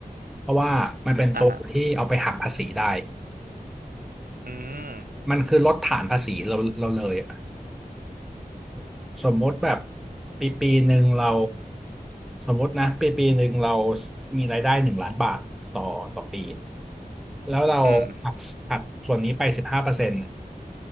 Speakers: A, in the centre; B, on the right.
A: เพราะว่ามันเป็นตัวที่เอาไปหักภาษีได้
B: อ่ะฮะอืม
A: มันคือลดฐานภาษีเราเราเลยอะสมมติแบบปีปีหนึ่งเราสมมตินะปีปีหนึ่งเรามีรายได้หนึ่งล้านบาทต่อต่อปีแล้วเราหักหักส่วนนี้ไปสิบห้าเปอร์เซ็นต์
B: อืม